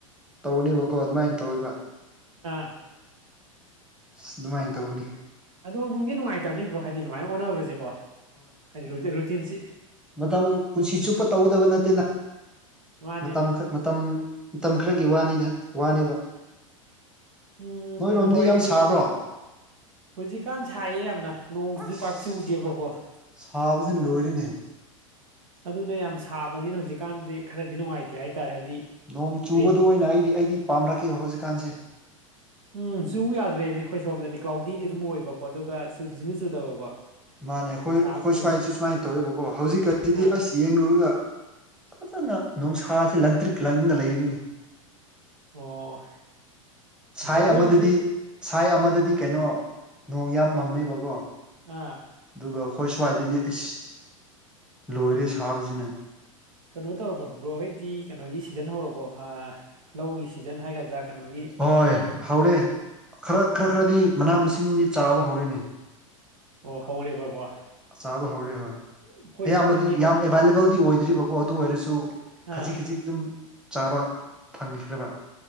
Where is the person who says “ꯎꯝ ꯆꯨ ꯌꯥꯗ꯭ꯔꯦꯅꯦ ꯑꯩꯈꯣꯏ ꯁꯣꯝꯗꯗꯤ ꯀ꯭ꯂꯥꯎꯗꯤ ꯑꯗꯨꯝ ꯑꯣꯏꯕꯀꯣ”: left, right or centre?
Right